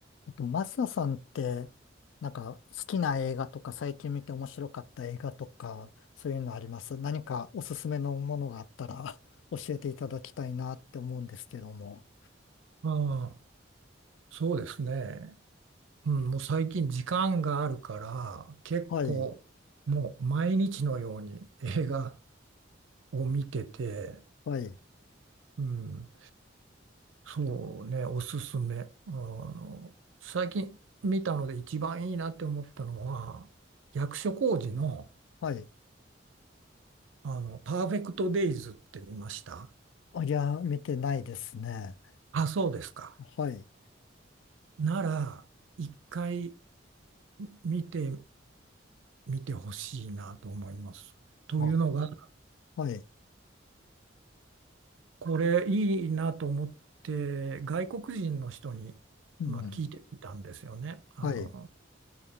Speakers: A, on the left (about 75°); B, on the right (about 80°).
A: えっと、マサさんって、なんか好きな映画とか最近見て面白かった映画とか、そういうのあります何かおすすめのものがあったら <laughs> 教えていただきたいなって思うんですけども。
B: ああ、そうですね。うん、もう最近時間があるから、結構もう毎日のように映画
A: はい、
B: を見てて、
A: はい、
B: うん、そうね、おすすめ。あの、最近見たので一番いいなって思ったのは、役所広司の、
A: はい。
B: あの、パーフェクトデイズって見ました。
A: あ、いや、見てないですね。
B: あ、そうですか。
A: はい、
B: なら、一回見てみてほしいなと思います。というのが、
A: あ、はい、
B: これいいなと思って外国人の人に、
A: うん、
B: まあ、聞いてみたんですよね。あの
A: はい。